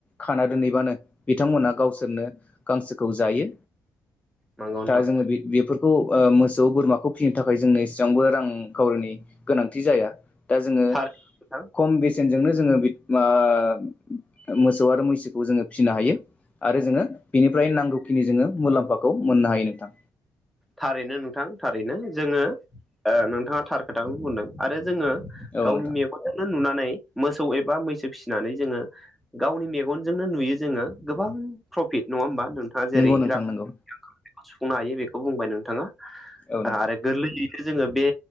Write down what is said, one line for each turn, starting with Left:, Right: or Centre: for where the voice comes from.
Left: खाना दोनहैबानो बिथांमोना गावसोरनो गांसोखौ जायो
Centre: नंगौ नोंथां
Left: दा जोङो बे बेफोरखौ अ मोसौ बोरमाखौ फिनो थाखाय जोंनो इसेबांबो रांखावरिनि गोनांथि जाया दा जोङो
Centre: थारैनो नोंथां
Left: खम बेसे बेजों नो जोंङो बि आ मोसौ आरो मैसोखौ जोंङो फिनो हायो आरो जोंङो बेनिफ्राय नांगौखिनि जोंङो मुलाम्फाखौ मोननो हायो नोंथां
Centre: थारैनो नोंथां थारैनो जोंङो नोंथाङा थार खोथाखौनो बुंदों आरो जोंङो
Left: औ
Centre: गावनि
Left: नोंथां
Centre: मेगनजोंनो नुनानै मोसौ एबा मैसो फिसिनानै जोंङो गावनि मेगनजोंनो नुयो जोंङो गोबां प्रफिट नङा होमबा नोंथाङा जेरै
Left: नंगौ नोंथां
Centre: र
Left: नंगौ
Centre: सुफुंनो हायोबे खौ बुंबाय नोंथांङा
Left: औ नोंथां
Centre: आरो गोरलैलि जोंङो बे